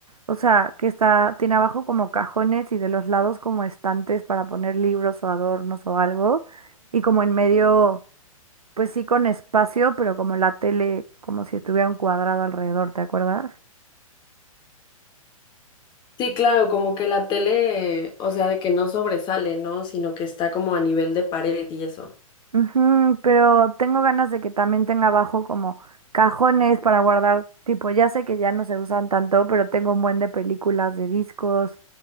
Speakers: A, on the right; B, on the left.
A: O sea, que está, tiene abajo como cajones y de los lados como estantes para poner libros o adornos o algo. Y como en medio, pues sí con espacio, pero como la tele, como si estuviera un cuadrado alrededor, ¿te acuerdas?
B: Sí, claro, como que la tele, o sea, de que no sobresale, ¿no? Sino que está como a nivel de pared y eso.
A: Ujú, pero tengo ganas de que también tenga abajo como cajones para guardar, tipo, ya sé que ya no se usan tanto, pero tengo un buen de películas, de discos,